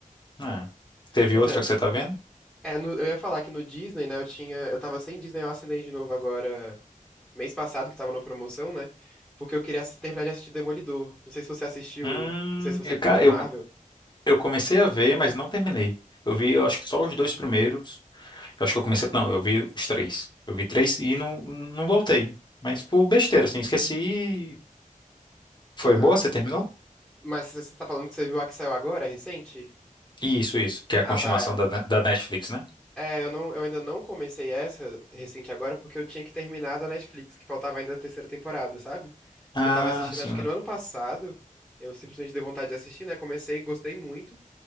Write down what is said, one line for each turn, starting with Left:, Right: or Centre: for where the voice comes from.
Left: É. Teve
Centre: Pois
Left: outra
Centre: é, né?
Left: que você tá vendo?
Centre: É, no- eu ia falar que no Disney, né, eu tinha... Eu tava sem Disney, eu assinei de novo agora, mês passado, que tava na promoção, né? Porque eu queria assi- terminar de assistir Demolidor. Não sei se você assistiu,
Left: Hum,
Centre: não sei se você
Left: eu,
Centre: curte
Left: ca-
Centre: a
Left: eu
Centre: Marvel.
Left: Eu comecei a ver, mas não terminei. Eu vi, eu acho que só os dois primeiros. Eu acho que eu comecei. Não, eu vi os três. Eu vi três e não, não voltei. Mas por besteira, assim, esqueci. e Foi
Centre: Aham.
Left: boa? Você terminou?
Centre: Mas você você tá falando que você viu a que saiu agora, recente?
Left: Isso, isso. Que é
Centre: Ah,
Left: a continuação
Centre: tá. é.
Left: da, da Netflix, né?
Centre: É, eu não, eu ainda não comecei essa recente agora porque eu tinha que terminar da Netflix, que faltava ainda a terceira temporada, sabe?
Left: Ah,
Centre: Que eu tava assistindo,
Left: sim.
Centre: acho que no ano passado, eu simplesmente dei vontade de assistir, né? Comecei, gostei muito.